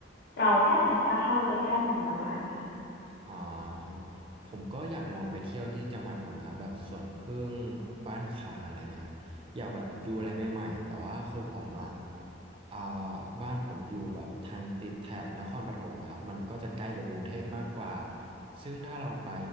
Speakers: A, on the left; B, on the right.
A: เราแค่จ่ายค่าเข้าไปแค่หนึ่งร้อยบาทเองนะ
B: อ่าครับผมก็อยากลองไปเที่ยวที่จังหวัดผมนะครับแบบสวนผึ้งบ้านคาอะไรอย่างเงี้ยครับอยากแบบดูอะไรใหม่ๆแต่ว่าคือผมอ่ะอ่าบ้านผมอยู่แบบทางติดแถบนครปฐมอะครับมันก็จะใกล้กับกรุงเทพมากกว่าซึ่งถ้าเราไป